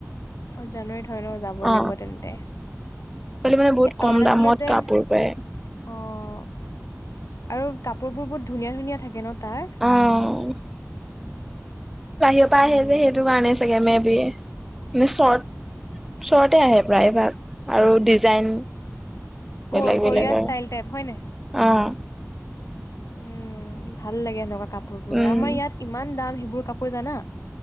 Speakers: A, on the left; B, in the centre.
A: অ' জানুৱাৰীত হয় ন যাব
B: অ
A: লাগিব তেন্তে।
B: মানে বহুত
A: সেই অৰুণাচলত
B: কম দামত
A: যে
B: কাপোৰ পায়।
A: অ'। আৰু কাপোৰ বোৰ বহুত ধুনীয়া ধুনীয়া থাকে ন তাত।
B: অ'। বাহিৰৰ পৰা
A: উম,
B: আহে যে সেইটো কাৰণেই চাগে মে বি‌। চৰ্ট চৰ্ট আহে প্ৰায়। আৰু ডিজাইন
A: ক-কোৰিয়া
B: বেলেগ বেলেগ আৰু
A: ষ্টাইল টাইপ হয়
B: অ'
A: উম্ ভাল লাগে এনেকুৱা কাপোৰ বোৰ,
B: উম
A: আমাৰ ইয়াত ইমান দাম সেইবোৰ কাপোৰ জানা।